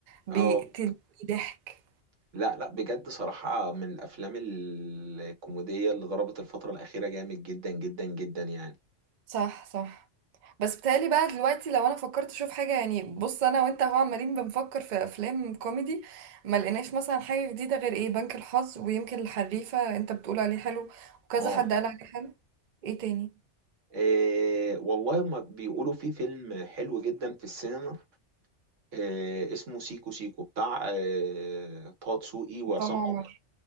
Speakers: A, on the right; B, on the right.
A: بيقتل
B: اه
A: ضحك
B: لا لا بجد صراحة من الافلام الكوميدية اللي ضربت الفترة الاخيرة جامد جدا جدا جدا يعني
A: صح صح بس بتهيألي بقى دلوقتي لو انا فكرت اشوف حاجه يعني بص انا وانت هو عمالين بنفكر في افلام كوميدي ما لقيناش مثلا حاجه جديده غير ايه بنك الحظ ويمكن الحريفه انت بتقول عليه حلو وكذا
B: اه
A: حد قال عليه حلو ايه تاني
B: إيه والله ما بيقولوا في فيلم حلو جدا في السينما آه، اسمه سيكو سيكو بتاع آه، طه دسوقي وعصام
A: عصام
B: عمر
A: عمر